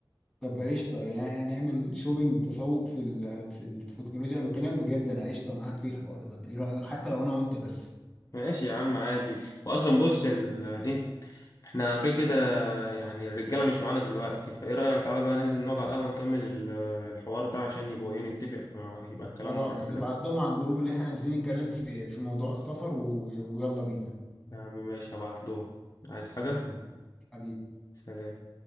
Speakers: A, in the centre; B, on the left.
A: طب قشطه يعني هنعمل شوبينج تسوق في ال- في التكنولوجيا انا بكلمك بجد انا قشطه معاك في الحوار ده ايه رايك حتى لو انا وانت بس
B: ماشي يا عم عادي واصلا بص ال... ايه احنا كده كده يعني الرجاله مش معانا دلوقتي فايه رايك تعالى بقى ننزل نقعد على القهوه نكمل ال- الحوار ده عشان يبقى ايه نتفق آه، يبقى الكلام
A: خلاص
B: مره كده
A: ابعت لهم على الجروب اللي احنا عايزين نتكلم في في موضوع السفر و... ويلا بينا
B: يا عم ماشي هبعت له عايز حاجه
A: يلا بينا حبيبي
B: سلام